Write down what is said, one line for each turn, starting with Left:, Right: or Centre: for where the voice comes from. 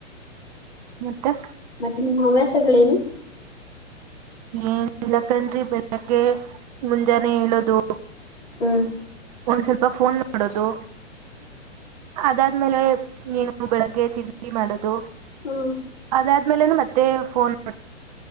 Right: ಮತ್ತೆ
Left: ಮತ್ತೆ ನಿಮ್ಮ ಹವ್ಯಾಸಗಳೇನು
Right: ಏನ್ ಇಲಕನ್ ಬೆಳಕ ಮುಂಜಾನೆ ಹೇಳದು
Left: ಹ್ಮ
Right: ಒಂದ್ ಸ್ವಲ್ಪ ಫೋನ್ ನೋಡೋದು ಅದಾದ್ಮೇಲೆ ಏನು ಬೆಳಗ್ಗೆ ತಿಂಡಿ ಮಾಡೋದು
Left: ಹ್ಮ್
Right: ಅದಾದ್ಮೇಲೆನು ಮತ್ತೆ ಫೋನ್